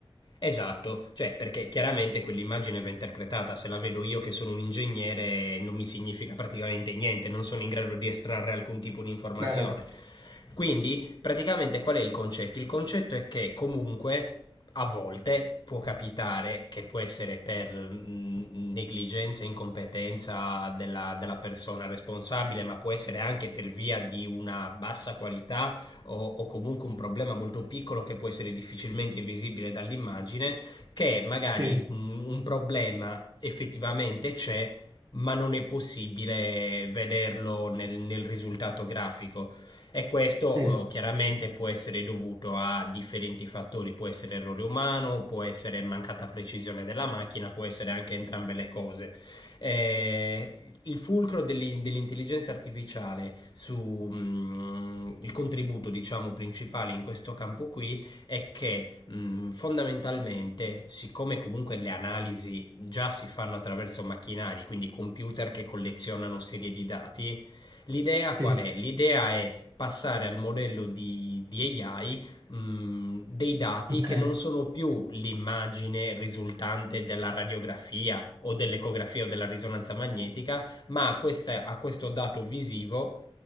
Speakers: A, on the left (about 55°); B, on the right (about 45°).
A: Esatto, cioè perché chiaramente quell'immagine va interpretata, se la vedo io che sono un ingegnere non mi significa praticamente niente, non sono in grado di estrarre alcun tipo di informazione.
B: Vero?
A: Quindi praticamente qual è il concetto? Il concetto è che comunque a volte può capitare che può essere per mh, negligenza, incompetenza della, della persona responsabile, ma può essere anche per via di una bassa qualità o, o comunque un problema molto piccolo che può essere difficilmente visibile dall'immagine, che magari
B: Sì,
A: mh, un problema effettivamente c'è, ma non è possibile vederlo nel, nel risultato grafico. E questo
B: sì,
A: eh, chiaramente può essere dovuto a differenti fattori, può essere errore umano, può essere mancata precisione della macchina, può essere anche entrambe le cose eh, il fulcro dell'in- dell'intelligenza artificiale sul contributo, diciamo, principale in questo campo qui è che mh, fondamentalmente, siccome comunque le analisi già si fanno attraverso macchinari, quindi computer che collezionano serie di dati, l'idea qual
B: sì,
A: è? L'idea è passare al modello di, di AI mh, dei dati
B: ok.
A: che non sono più l'immagine risultante della radiografia o dell'ecografia o della risonanza magnetica, ma a, questa- a questo dato visivo